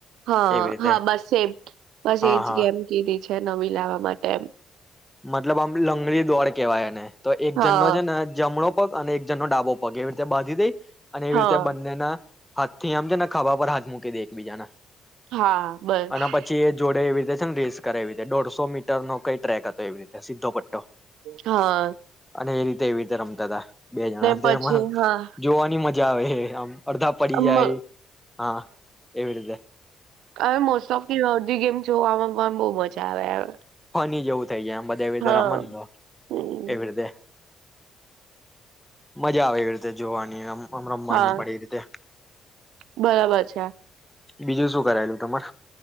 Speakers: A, on the right (about 85°); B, in the centre.
A: હા
B: એવી રીતે
A: હા બસ એ બસ
B: હા
A: એજ
B: હા
A: ગેમ કીધી છે. તે નવી લાવા માટે એમ
B: મતલબ આમ લંગડી દોડ કેવાય એને. તો એક
A: હા
B: જનનો છે ને જમણો પગ અને એક જણનો ડાબો પગ એવી રીતે બાંધી દઈ. અને એવી
A: હા
B: રીતે બંનેના હાથથી આમ છે ને ખભા પર હાથ મુકી દઈ એકબીજાના
A: હા બસ
B: અને પછી એ જોડે એવી એટલે છે ને રેસ કરે એવી રીતે દોઢસો મીટર નો કઈ ટ્રેક તો એવી રીતે સીધો પટો
A: હહ.
B: અને એ રીતે એવી રીતે રમતાતા. બે જણા તો
A: પછી
B: એમાં
A: હા
B: જોવાની મજ જાવે આમ. અડધા પડી
A: મ
B: જાય હા એવી રીતે
A: હવે મોસ્ટ ઓફથી અડધી ગેમ જોવામાં વામ બહુ મજા આવે.
B: ફની જવું જ થઈ ગયા આમ બધા એવી રીતે
A: હા
B: રમન તો
A: હમ
B: એવી રીતે મજા આવે એવી રીતે જોવાની આમ. રમવાની
A: હા
B: પડે એ રીતે
A: બરાબર છે.
B: બીજું શું કરાયેલું તમાર?